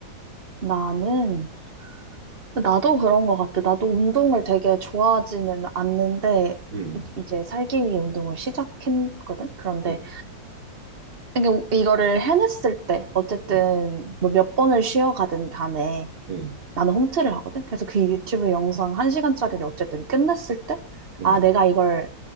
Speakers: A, on the right; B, on the right.
A: 나는, 나도 그런 것 같아. 나도 운동을 되게 좋아하지는 않는데,
B: 음,
A: 이- 이제 살기 위해 운동을 시작했거든? 그런데,
B: 음,
A: 이게 우- 이거를 해냈을 때, 어쨌든,
B: 음,
A: 뭐 몇 번을 쉬어가든 간에,
B: 음,
A: 나는 홈트를 하거든? 그래서 그 유튜브 영상 한시간짜리를 어쨌든 끝냈을 때,
B: 음,
A: 아, 내가 이걸